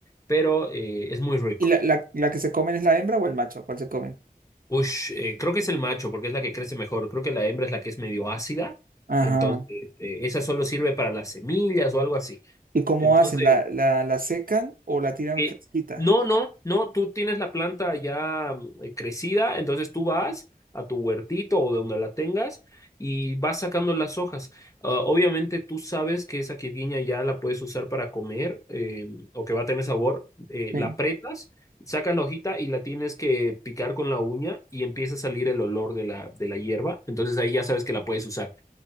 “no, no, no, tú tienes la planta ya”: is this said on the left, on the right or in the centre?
Left